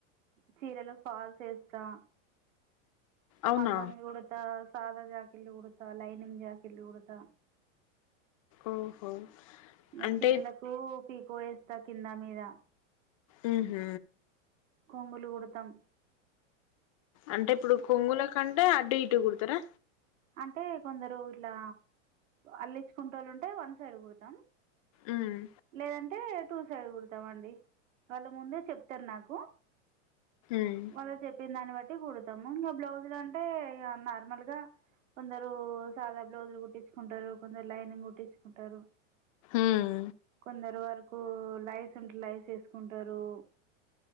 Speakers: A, on the right; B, on the left.
A: చీరలక్ పాల్స్ ఏస్తా
B: అవునా
A: మగ్గం గుడుతా సాదా జాకిల్లు కుడుత లైనింగ్ జాకిట్లు కుడుతా
B: ఓహో
A: ఈగ
B: అంటే
A: చీరలకు పీకో ఏస్తా కింద మీద
B: ఉమ్ హ్
A: కొంగులు కుడుతం
B: అంటెప్పుడు కొంగుల కంటే అటు ఇటు కుడ్తరా
A: అంటే కొందరు ఇట్లా అల్లిచ్చికొన్టోళ్ళుంటే వన్ సైడ్ కుడుతుం
B: ఉమ్మ్
A: లేదంటే టూ సైడ్ గుడ్తామండి వాళ్ళు ముందే చెప్తర్ నాకు
B: ఉమ్
A: వాళ్ళ చెప్పిన్దాన్ వట్టి గుడ్త్ తాము బ్లౌజులంటే నార్మల్గా కొందరు షాదా బ్లౌజులు గుట్టించ్ ఉంటరు కొందర్ లైనింగ్ కుట్టించుకుంటరు
B: ఉమ్
A: కొందరు వర్కూ లై లైస్ ఎస్కుంటరూ